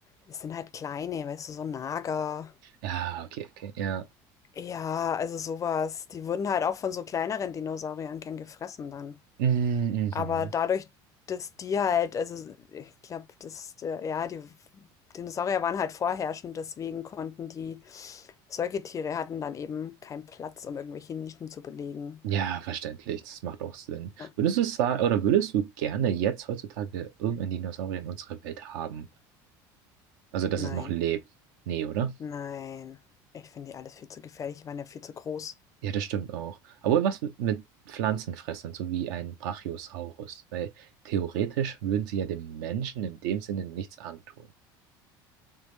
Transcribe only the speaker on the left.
es sind halt kleine, weißt du, so Nager.
Ja, also sowas. Die wurden halt auch von so kleineren Dinosauriern gern gefressen dann.
Aber dadurch, dass die halt, also ich glaube, dass, äh, ja, die Dinosaurier waren halt vorherrschend, deswegen konnten die Säugetiere hatten dann eben keinen Platz, um irgendwelche Nischen zu belegen.
Ja,
Nein,
nein. Ich finde die alles viel zu gefährlich. Die waren ja viel zu groß.